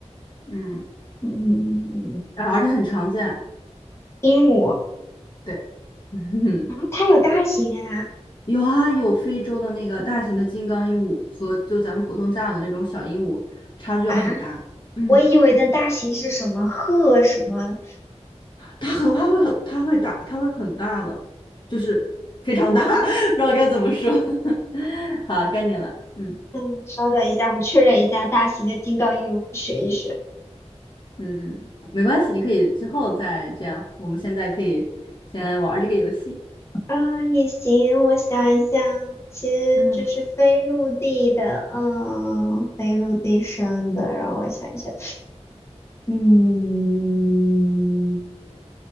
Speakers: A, on the left; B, on the left.
A: 嗯。
B: 嗯，
A: 啊，而且很常见。
B: 鹦鹉啊，
A: 对，<laughs>
B: 它有大型啊
A: 有啊，有非洲的那个大型的金刚鹦鹉和就咱们普通家养的那种小鹦鹉，差距要很大。
B: 啊！
A: 嗯，
B: 我以为的大型是什么鹤什么啊？
A: 它 <laughs> 很它会很它会大，它会很大的，就是非常大，<laughs> 不知道该怎么说。<laughs> 好，该你了。嗯
B: 嗯，稍等一下，我确认一下大型的金刚鹦鹉，学一学。
A: 嗯，没关系，你可以之后再这样。我们现在可以先玩儿这个游戏。
B: 啊，也行，我想一想，其实这是非陆地的，
A: 嗯，
B: 嗯，非陆地生的，让我想一想。嗯，